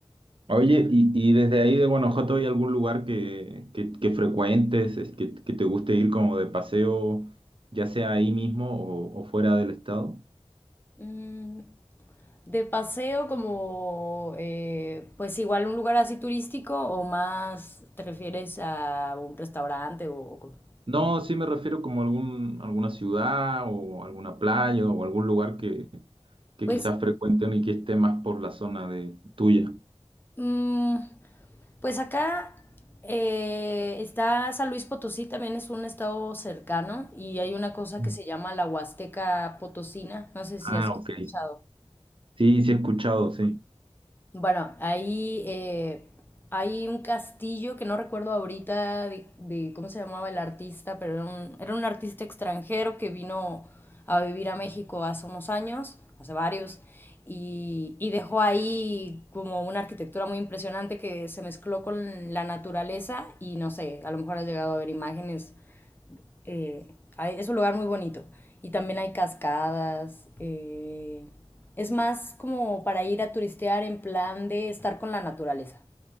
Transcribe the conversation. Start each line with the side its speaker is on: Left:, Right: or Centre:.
Right: Oye, y, y desde ahí de Guanajuato hay algún lugar que, que, que frecuentes, es que, que te guste ir como de paseo, ya sea ahí mismo o, o fuera del estado?
Left: Mm, De paseo como, eh, pues igual un lugar así turístico o más te refieres a un restaurante o... o como-
Right: No, sí me refiero como algún, alguna ciudad o alguna playa o algún lugar que, que
Left: Pues,
Right: quizás frecuenten y que esté más por la zona de tuya.
Left: mm, pues acá eh, está San Luis Potosí, también es un estado cercano y hay una cosa
Right: Mm.
Left: que se llama la Huasteca Potosina, no sé si
Right: Ah,
Left: has escuchado.
Right: ok. Sí, sí he escuchado, sí.
Left: Bueno, ahí eh, hay un castillo que no recuerdo ahorita de, de cómo se llamaba el artista, pero era un, era un artista extranjero que vino a vivir a México hace unos años, hace varios, y, y dejó ahí como una arquitectura muy impresionante que se mezcló con la naturaleza y no sé, a lo mejor has llegado a ver imágenes eh, hay- es un lugar muy bonito. Y también hay cascadas. eh, es más como para ir a turistear en plan de estar con la naturaleza.